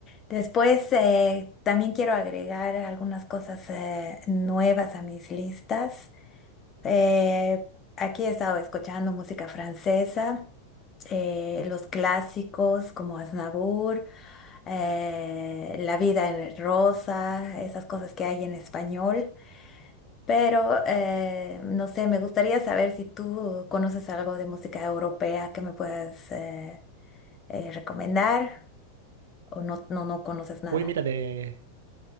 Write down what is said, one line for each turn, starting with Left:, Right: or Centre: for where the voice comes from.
Left: Después, eh, también quiero agregar algunas cosas eh, nuevas a mis listas. Eh, aquí he estado escuchando música francesa, eh, los clásicos como Aznavour, eh, La vida en rosa, esas cosas que hay en español. Pero, eh, no sé, me gustaría saber si tú conoces algo de música europea que me puedas eh, eh, recomendar o no, no, no conoces nada.
Right: Uy, mira, de.